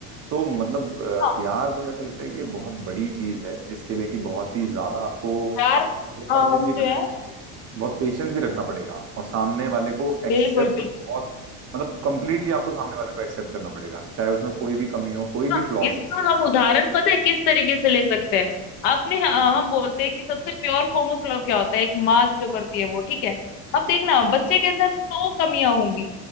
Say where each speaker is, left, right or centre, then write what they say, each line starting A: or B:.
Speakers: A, on the right (about 35°); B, on the left (about 70°).
A: तो मतलब अ,
B: हाँ
A: प्यार मुझे ऐसा लगता है कि एक बहुत बड़ी चीज है जिसके लिए कि बहुत ही ज्यादा आपको
B: यार
A: सैक्रिफाइसेस
B: हाँ, हम
A: भी
B: जो
A: करने
B: है
A: पड़ेंगे बहुत पेशेंस भी रखना पड़ेगा और सामने वाले को एक्सेप्ट
B: बिल्कुल बिल्कुल
A: बहुत मतलब कंप्लीटली आपको सामने वाले को एक्सेप्ट करना पड़ेगा चाहे उसमें कोई भी कमी हो कोई
B: ना
A: भी फ्लॉज
B: इसका
A: हो
B: हम उदाहरण पता है किस तरीके से ले सकते हैं आपने हाँ,
A: जी
B: हम बोलते हैं कि सबसे प्योर फॉर्म ऑफ लव क्या होता है एक माँ जो करती है वो ठीक है अब देखना बच्चे के अंदर सौ कमियां होंगी